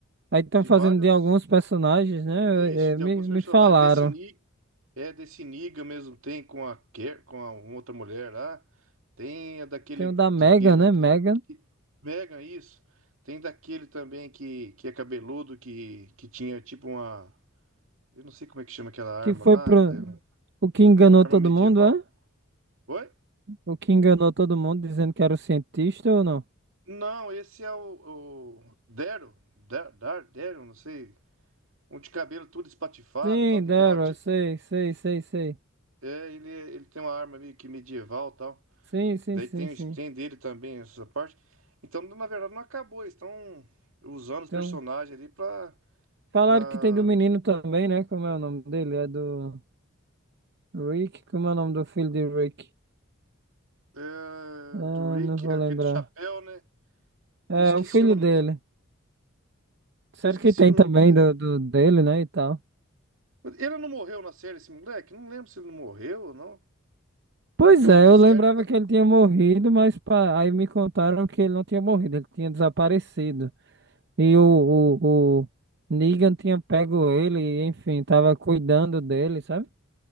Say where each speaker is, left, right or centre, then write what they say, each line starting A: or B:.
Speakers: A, on the right; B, on the right.
A: Aí estão
B: de
A: fazendo
B: vários
A: de alguns personagens, né?
B: Isso,
A: É,
B: de
A: me,
B: alguns
A: me
B: personagens.
A: falaram.
B: Desse Ni- é, desse Niga mesmo tem com a, Ker- com a uma outra mulher lá. Tem a daquele
A: Tem o da mega
B: de que era
A: né?
B: que,
A: Megan,
B: que Megan, isso. Tem daquele também que, que é cabeludo, que, que tinha tipo uma. Eu não sei como é que chama aquela arma
A: que foi
B: lá,
A: pro.
B: pai, uma
A: O que enganou
B: arma
A: todo
B: medieval.
A: mundo, é?
B: Oi?
A: O que enganou todo mundo dizendo que era o cientista ou não?
B: Não, esse é o, o Daryl, Da- Dar, Daryl, não sei. Um de cabelo tudo espatifado,
A: Sim,
B: tal, que
A: Daryl,
B: tem uma tipo.
A: sei, sei, sei, sei.
B: É, ele, é, ele tem uma arma meio que medieval, tal.
A: Sim, sim,
B: Daí
A: sim,
B: tem,
A: sim.
B: tem dele também essa parte. Então, na verdade, não acabou. Eles estão usando os
A: Então,
B: personagens ali pra.
A: falaram
B: pra
A: que tem do menino também, né? Como é o nome dele? É do Rick? Como é o nome do filho de Rick?
B: é,
A: Ah,
B: do Rick,
A: não vou
B: aquele
A: lembrar.
B: do chapéu, né? Eu
A: É,
B: esqueci
A: o filho
B: o nome
A: dele.
B: dele.
A: Sério
B: Eu esqueci
A: que tem
B: o nome
A: também
B: dele.
A: do, do dele, né? E tal.
B: Ele não morreu na série, esse moleque? Não lembro se ele não morreu ou não.
A: Pois
B: Então
A: é,
B: fizeram.
A: eu lembrava
B: Então,
A: que ele tinha morrido, mas pa- aí me contaram que ele não tinha morrido, ele tinha desaparecido. E o, o, o Negan tinha pego ele, e, enfim, tava cuidando dele, sabe?